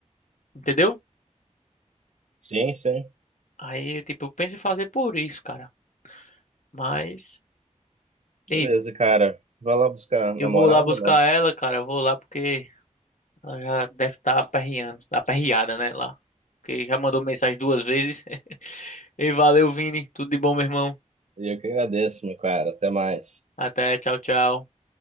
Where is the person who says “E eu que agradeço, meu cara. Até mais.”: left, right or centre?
Right